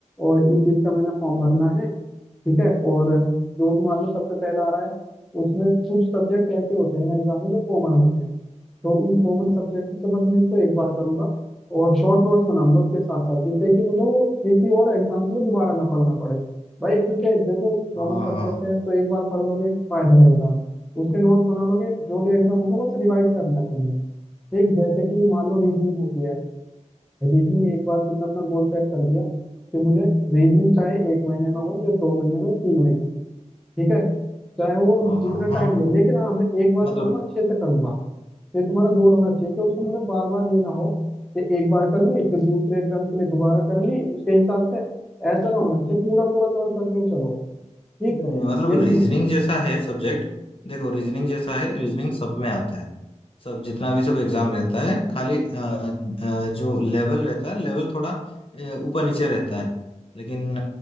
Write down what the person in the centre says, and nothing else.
और इस चीज का मैंने फॉर्म भरना है ठीक है और जो भी मान लो सबसे पहला आ रहा है उसमें कुछ सब्जेक्ट ऐसे होते हैं ना एग्जाम में जो कॉमन होते हैं तो उन कॉमन सब्जेक्ट से बस मैं इसको एक बार करूंगा और शॉर्ट नोट्स बनाऊंगा उसके साथ साथ जिससे कि मुझे वो किसी और एग्जाम के लिए दोबारा ना पढ़ना पड़े भाई क्योंकि देखो कॉमन
सब्जेक्ट
है तो एक बार पढ़ लोगे फायदा रहेगा उसके नोट्स बना लोगे जो भी एग्जाम होगा बस रिवाइज करना है तुमने ठीक जैसे कि मान लो रीजनिंग होती है रीजनिंग एक बार तुमने अपना गोल सेट कर दिया कि मुझे रीजनिंग चाहे एक महीने में हो या दो महीने में तीन महीने में ठीक है चाहे वो
जितना
टाइम
ले लेकिन हाँ मैं एक बार
करूंगा अच्छे से करूंगा ये तुम्हारा गोल होना चाहिए कि उसको मुझे बार बार ये ना हो कि एक बार कर ली फिर दूसरे एग्जाम के लिए दोबारा कर ली उसके हिसाब से ऐसा ना होना चाहिए पूरा पूरा कवर करते हुए चलो ठीक
ये
तुम